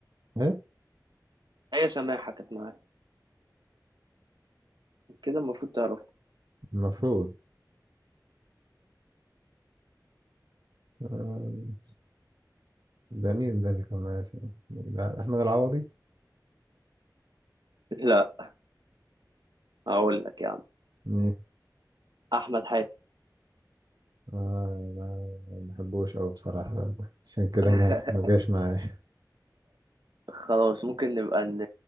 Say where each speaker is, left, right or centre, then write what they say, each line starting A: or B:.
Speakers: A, on the right (about 65°); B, on the right (about 80°).
A: إيه؟
B: ايه سماحة كانت معاه كده المفروض تعرف
A: المفروض آه، ده مين ده اللي كان معاه لا، أحمد العوضي؟
B: لا هقول لك يا عم
A: مين؟
B: احمد حاتم
A: آه لا ما بحبوش أوي بصراحة عشان كده
B: <laughs>
A: ما ما جاش معايا
B: خلاص ممكن نبقى ن...